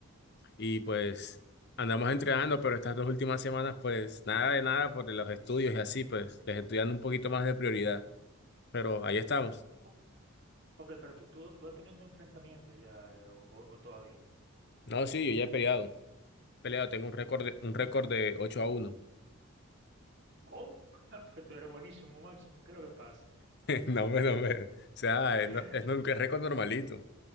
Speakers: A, on the left; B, on the right.
A: Y pues andamos entrenando, pero estas dos últimas semanas, pues nada de nada por los estudios y así, pues les estoy dando un poquito más de prioridad. Pero ahí estamos.
B: Ok, ok, pero tú, tú, tú has tenido tu enfrentamiento ya, eh, o, o- o todavía.
A: No, sí, yo ya he peleado. Peleado, tengo
B: Oh,
A: un récord de, un récord de ocho a uno
B: ¿cómo? <laughs> Pues tú eres buenísimo, Máximo, ¿qué es lo que pasa?
A: <laughs> No me, no me. O sea,
B: <laughs>
A: es, no- es un récord normalito.